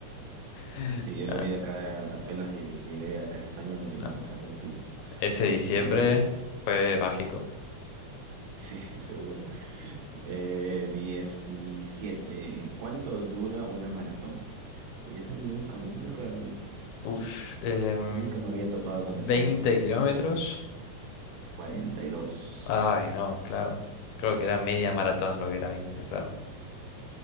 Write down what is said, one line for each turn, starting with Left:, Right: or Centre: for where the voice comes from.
Left: <laughs>
Right: Sí, yo lo
Left: Ah,
Right: vi de acá, apenas llegué, llegué acá a España, lo vimos
Left: no.
Right: acá todos juntos.
Left: Ese diciembre
Right: Eh,
Left: fue mágico.
Right: sí, <laughs> seguro. Eh, 17. ¿Cuánto dura una maratón? Uy, ese nunca, nunca,
Left: Uf, em,
Right: nunca me había topado con
Left: 20
Right: esa pregunta.
Left: kilómetros.
Right: Cuarenta Y dos.
Left: Ay, no, claro. Creo que era media maratón lo que era veinte claro.